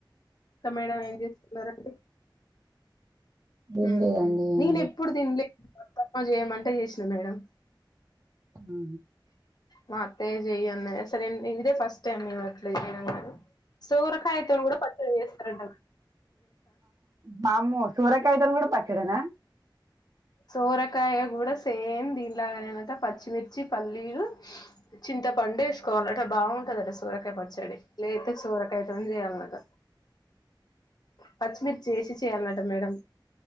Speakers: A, on the left (about 55°); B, on the right (about 45°).
A: ఇంకా మేడం ఏం చేసుకున్నారండి
B: ఏం
A: ఉహు
B: లేదండి ఏం
A: నేన్ ఎప్పుడు తింలే మా పప్పా చేయమంటే చేసినా మేడం
B: ఉ
A: మా అత్తే చెయ్యన్న సరే ఇదిదే ఫస్ట్ టైమ్ నే అట్లే చేయడం కానీ సోరకాయతోని కూడా పచ్చడ చేస్తారంటారా
B: వామ్మో సొరకాయతోని కూడా పచ్చిడనా
A: సోరకాయ కూడా సేమ్ దినిలాగానేనట పచ్చిమిర్చి పల్లీలు చింత పండు ఎసుకోవాలట బాగుంటదటా సోరకాయ పచ్చడి లేత సోరకాయతోని చేయాలన్నట పచ్చిమిర్చి ఎసి చేయాలన్నట మేడం